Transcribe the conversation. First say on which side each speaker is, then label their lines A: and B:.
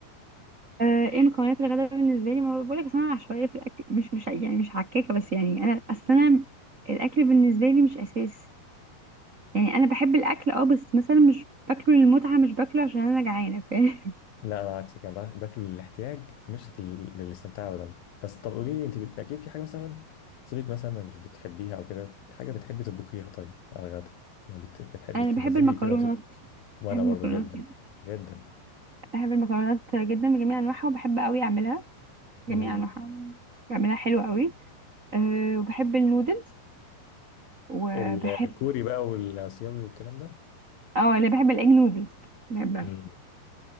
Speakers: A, on the right (about 40°); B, on the left (about 65°).
A: آه، ايه مكونات الغداء بالنسبة لي ما بقولك أصل أنا عشوائية في الأكل مش مش يعني مش حكاكة بس يعني أنا أصل أنا الأكل بالنسبة لي مش أساس يعني أنا بحب الأكل اه بس مثلا مش باكله للمتعة مش باكله عشان أنا جعانة فاهم
B: لا انا عكسك انا باك- باكله للاحتياج مش لل- للاستمتاع ابدا بس طب قولي لي انت بت- اكيد في حاجه مثلا سيبك مثلا من مش بتحبيها او كده حاجه بتحبي تطبخيها طيب على الغدا يعني بت- بتحبي
A: <laughs> أنا
B: تمزجي
A: بحب المكرونات
B: كده وت- وانا
A: بحب المكرونات
B: برضو جدا
A: جدا
B: جدا
A: بحب المكرونات جدا بجميع أنواعها وبحب أوي أعملها
B: امم
A: جميع أنواعها بعملها حلوة أوي أه وبحب النودلز وبحب
B: الكوري بقى والاسيوي والكلام ده
A: اه انا بحب الاج نودلز بحبها
B: امم